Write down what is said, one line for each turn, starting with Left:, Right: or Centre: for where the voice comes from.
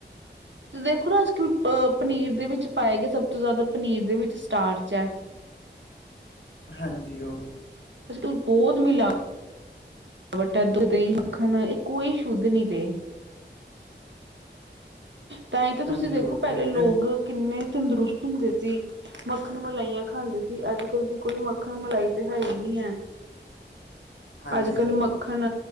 Right: ਦੇਖੋ ਨਾ ਅੱਜ-ਕੱਲ ਅਹ ਪਨੀਂਰ ਦੇ ਵਿੱਚ ਪਾਏ ਗਏ, ਸਭ ਤੋਂ ਜ਼ਿਆਦਾ ਪਨੀਂਰ ਦੇ ਵਿੱਚ ਟਾਰਚ ਐ,
Left: ਹਾਂਜੀ ਉਹ
Right: ਅਜ-ਕਲ ਬੋਤ ਮਿਲਾ ਵਡਾ ਧ, ਦਹੀਂ, ਮੱਖਣ ਏਹ ਕੋਈ ਸ਼ੁੱਧ ਨੀ ਰਹੇ। ਤਾਂ ਹੀ ਤਾਂ ਤੁਸੀ
Left: ਹਾਂਜੀ
Right: ਦੇਖੋ,
Left: ਉਹ
Right: ਪਹਿਲੇ
Left: ਤੇ ਹੈ
Right: ਲੋਕ
Left: ਤੇ
Right: ਕਿੰਨੇ ਤੰਦਰੁਸਤ ਹੁੰਦੇ ਸੀ। ਮੱਖਣ ਮਲਾਈਆਂ ਖਾਂਦੇ ਸੀ, ਅੱਜ-ਕੱਲ੍ਹ ਦੀ ਕੋਈ ਮੱਖਣ ਮਲਾਈ ਤੇ ਹੈ ਈ ਨੀ ਐ।
Left: <inaudible> ਹਾਂਜੀ
Right: ਅੱਜ ਕੱਲ
Left: ਹਾਂਜੀ
Right: ਮੱਖਣ